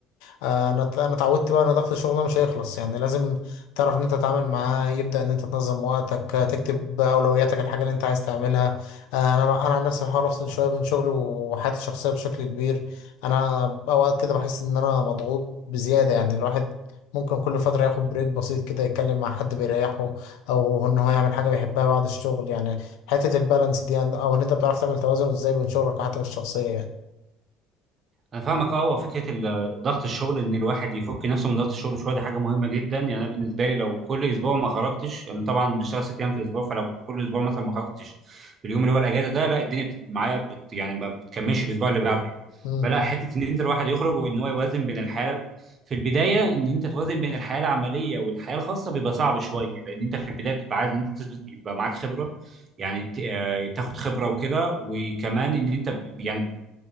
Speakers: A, on the left; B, on the right.
A: آه، انا انا اتعودت بقى ان ضغط الشغل ده مش هيخلص يعني لازم تعرف ان انت تتعامل معاه يبدا ان انت تنظم وقتك آه، تكتب اولوياتك الحاجه اللي انت عايز تعملها آه، انا انا عن نفسي بحاول افصل شويه بين شغلي وحياتي الشخصيه بشكل كبير انا اوقات كده بحس ان انا مضغوط بزياده يعني الواحد ممكن كل فتره ياخد بريك بسيط كده يتكلم مع حد بيريحه او ان هو يعمل حاجه بيحبها بعد الشغل يعني حته البالانس دي او ان انت بتعرف تعمل توازن ازاي بين شغلك وحياتك الشخصيه يعني
B: انا فاهمك اه هو فكره ال- آه، ضغط الشغل ان الواحد يفك نفسه من ضغط الشغل شويه دي حاجه مهمه جدا يعني انا بالنسبه لي لو كل اسبوع ما خرجتش انا طبعا بشتغل ست ايام في الاسبوع فلو كل اسبوع مثلا ما خرجتش في اليوم اللي هو الاجازه ده لا الدنيا بتبقى معايا بت يعني ما بتكملش الاسبوع اللي بعده يعني
A: امم
B: فلا حته ان انت الواحد يخرج وان هو يوازن بين الحياه في البدايه ان انت توازن بين الحياه العمليه والحياه الخاصه بيبقى صعب شويه لان انت في البدايه بتبقى عايز ان انت تثبت يبقى معاك خبره يعني ت- آه، تاخد خبره وكده وكمان ان انت ب- يعني